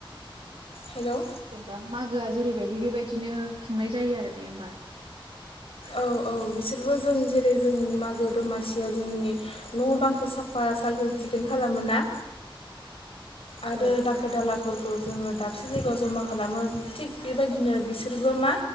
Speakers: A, on the left; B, on the right.
A: हेलौ
B: जेनबा मागोआ जेरैबायदि बेबायदिनो खुंनाय जायो आरो ने होमबा?
A: औ औ बिसोरबो जों जेरै जों मागो दमासियाव जोंनि न' बांखौ साफ फा सागोन सिगोन खालामो ना आरो
B: औ
A: दाखो दाला फोरखौ जोङो दाबसे जायगायाव जमा खालामो थिग बेबायदिनो बिसोरबो मा